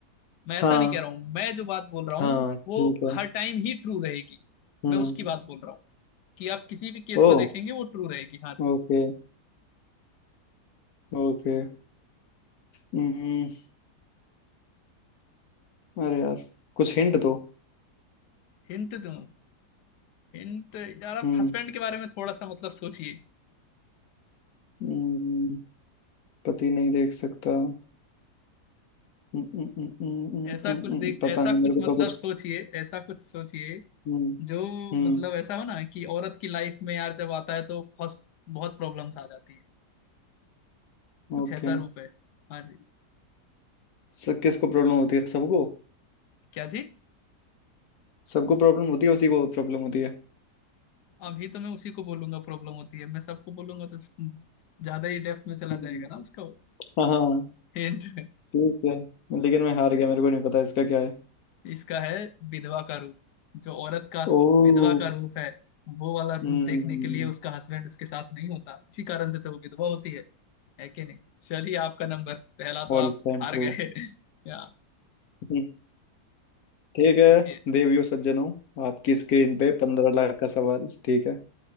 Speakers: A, on the left (about 80°); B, on the left (about 65°).
A: मैं
B: हाँ
A: ऐसा नहीं कह रहा हूँ मैं जो बात बोल रहा
B: हाँ
A: हूँ
B: ठीक
A: वो
B: है
A: हर टाइम ही ट्रू रहेगी
B: हम्म
A: मैं उसकी बात बोल रहा हूँ कि आप किसी भी केस
B: ओ
A: को देखेंगे वो ट्रू रहेगी हाँ जी
B: ओके ओके हम्म अरे यार कुछ हिंट दो
A: हिंट दूँ हिंट यार आप
B: हम्म
A: हस्बैंड के बारे में थोड़ा सा मतलब सोचिए
B: हम्म, पति नहीं देख सकता हम्म, हम्म, हम्म, हम्म, हम्म,
A: ऐसा
B: हम्म,
A: कुछ
B: हम्म,
A: देख
B: पता
A: ऐसा
B: नहीं मेरे
A: कुछ
B: को
A: मतलब
B: तो कुछ
A: सोचिए ऐसा कुछ सोचिए
B: हम्म
A: जो
B: हम्म
A: मतलब ऐसा हो ना कि औरत की लाइफ में यार जब आता है तो बहुत बहुत प्रॉब्लम्स आ जाती हैं कुछ
B: ओके
A: ऐसा रूप है हाँ जी
B: सब किसको प्रॉब्लम होती है सबको
A: क्या जी
B: सबको प्रॉब्लम होती है उसी को प्रॉब्लम होती है
A: अभी तो मैं उसी को बोलूंगा प्रॉब्लम होती है मैं सबको बोलूंगा तो ज्यादा ही डेप्थ में चला
B: हम्म,
A: जाएगा ना उसका
B: हाँ हाँ
A: हिंट <laughs>
B: ठीक है लेकिन मैं हार गया मेरे को नहीं पता इसका क्या है
A: इसका है विधवा का रूप जो औरत का
B: ओ
A: विधवा का रूप है वो वाला रूप
B: हम्म
A: देखने के लिए उसका हस्बैंड उसके साथ नहीं होता इसी कारण से तो वो विधवा होती है है कि नहीं चलिए आपका नंबर पहला तो आप
B: ऑल टाइम
A: हार
B: ट्रू
A: गए <laughs> या
B: हम्म, ठीक है
A: पूछिए
B: देवियों सज्जनों आपकी स्क्रीन पे पंद्रह लाख का सवाल ठीक है